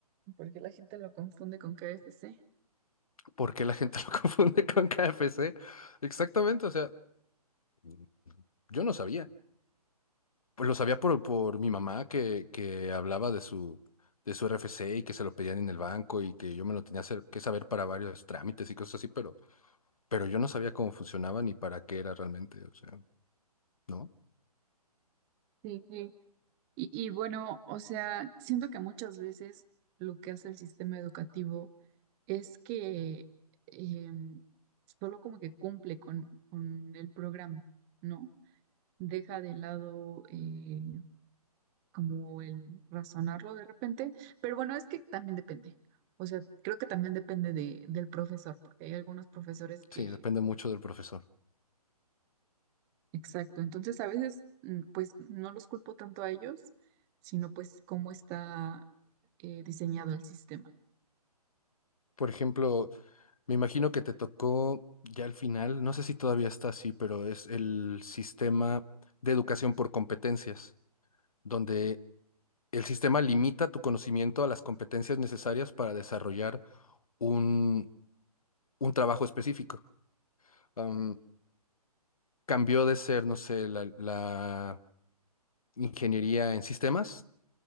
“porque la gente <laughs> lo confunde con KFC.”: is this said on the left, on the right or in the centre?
Left